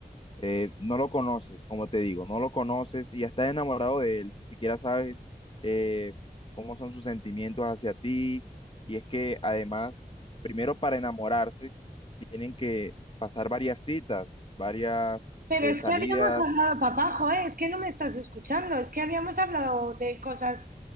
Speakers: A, on the left; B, on the right.
A: Eh, no lo conoces, como te digo, no lo conoces y ya estás enamorado de él, ni siquiera sabes eh, cómo son sus sentimientos hacia ti. Y es que además, primero para enamorarse, tienen que pasar varias citas, varias
B: Pero
A: eh,
B: es
A: salidas
B: que habíamos hablado, papajo, ¿eh? Es que no me estás escuchando, es que habíamos hablado de cosas,